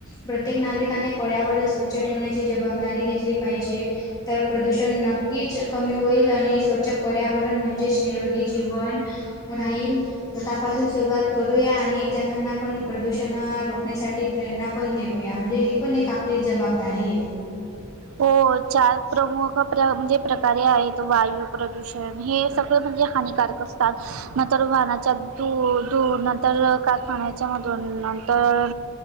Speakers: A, on the left; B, on the right.
A: प्रत्येक नागरिकाने पर्यावरण स्वच्छ ठेवण्याची जबाबदारी घेतली पाजे तर प्रदूषण नक्च कमी होईल आणि स्वच पर्यावरण म्हणजे निरोगी जीवन राहील स्वतःपासून सुरुवात कर करूया आणि इतरांना पण प्रदूषण रोखण्यासाठी प्रेरणा पण देऊया म्हणजे ही पण एक आपलीच जबाबदारी दर एक
B: हो चार प्रमुख म्हणजे प्रकारे आहेत वायू प्रदूषण पण हे सगळं म्हणजे हानिकारक असतात नंतर वाहनाच्या धूर नंतर कारखान्याच्या मधून नंतर